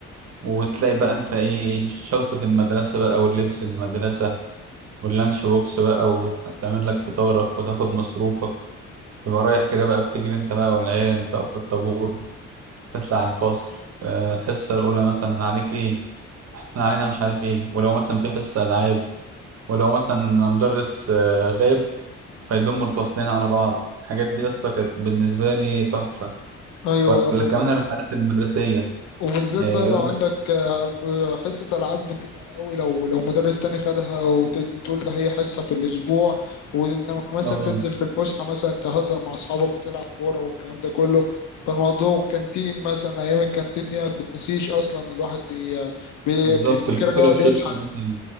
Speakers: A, on the right (about 55°); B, on the left (about 75°).
A: وتلاقي بقى انت ايه شنطه المدرسه بقى واللبس المدرسه واللانش بوكس بقى وتعمل لك فطارك وتاخد مصروفك تبقى رايح كده بقى بتجري انت بقى والعيال تقف في الطابور تطلع على الفصل آه، الحصه الاولى مثلا عليك ايه احنا علينا مش عارف ايه ولو مثلا في حصة العاب ولو مثلا مدرس آه، غايب فيضموا الفصلين على بعض الحاجات دي يا اسطى كانت بالنسبة لي تحفة
B: ايوه
A: ولا كمان الرحلات المدرسية
B: وبالذات
A: آه،
B: بقى
A: يقول
B: لو عندك
A: لك
B: آه، في حصه العاب بتزعل قوي لو لو مدرس تاني خدها وتقول ده هي حصه في الاسبوع وانك مثلا
A: اه
B: تنزل في الفسحه مثلا تهزر مع اصحابك وتلعب كوره والكلام ده كله فالموضوع كانتين مثلا ايام الكانتين دي ما بتتنسيش اصلا الواحد بي بي-
A: بالظبط
B: بيفتكرها
A: الفكرة
B: يقعد
A: بشيبسي
B: يضحك
A: مثلا